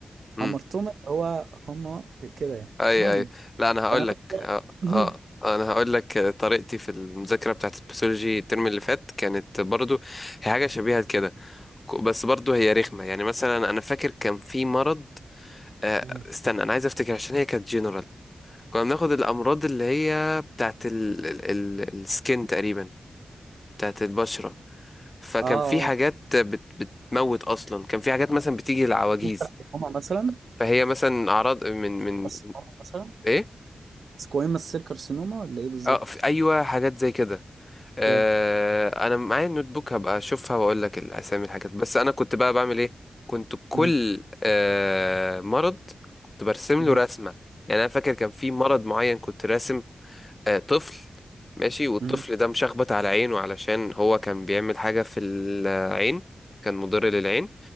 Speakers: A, on the left; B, on the right.
A: مم.
B: هامرتوما هو هما كده يعني
A: اي
B: المهم
A: اي لا انا هقول
B: فانا كنت
A: لك آه،
B: <laughs>
A: آه، انا هقول لك طريقتي في المذاكره بتاعت البسيولوجي الترم اللي فات كانت برضو هي حاجه شبيهه كده ك- بس برضو هي رخمه يعني مثلا انا فاكر كان في مرض آه،
B: مم.
A: استنى انا عايز افتكر عشان هي كانت جنرال كنا بناخد الامراض اللي هي بتاعت ال ال ال السكين تقريبا بتاعت البشره فكان
B: اه
A: في حاجات
B: اه
A: بت بتموت اصلا كان في حاجات مثلا بتيجي للعواجيز
B: كارسينوما مثلا
A: فهي مثلا اعراض من من
B: كارسينوما مثلا
A: ايه
B: سكويموس سيل كارسينوما ولا ايه بالظبط؟
A: اه في ايوه حاجات زي كده
B: اوكي
A: آه انا معايا النوت بوك هبقى اشوفها واقول لك الاسامي الحاجات بس انا كنت بقى بعمل ايه كنت كل
B: مهم.
A: آه مرض كنت برسم
B: مهم.
A: له رسمه يعني انا فاكر كان في مرض معين كنت راسم آه طفل ماشي والطفل
B: مهم.
A: ده مشخبط على عينه علشان هو كان بيعمل حاجه في العين كان مضر للعين